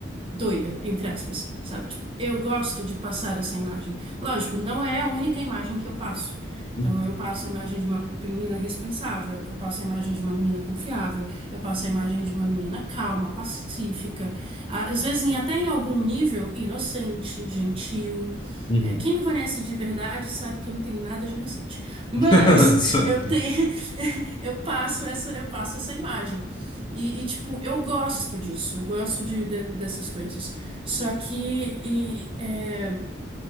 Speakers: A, on the right; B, on the left.
A: doida, entre aspas, sabe? Tipo, eu gosto de passar essa imagem. Lógico, não é a única imagem que eu passo.
B: uhum.
A: Então, eu passo a imagem de uma menina responsável, eu passo a imagem de uma menina confiável, eu passo a imagem de uma menina calma, pacífica, às vezes em- até em algum nível inocente, gentil.
B: Uhum.
A: É, quem me conhece de verdade sabe que eu não tenho nada de inocente. Mas
B: <laughs> Só-
A: eu tenho, <laughs> eu passo essa, eu passo essa imagem. E, e, tipo, eu gosto disso, eu gosto de, de- dessas coisas. Só que e, é,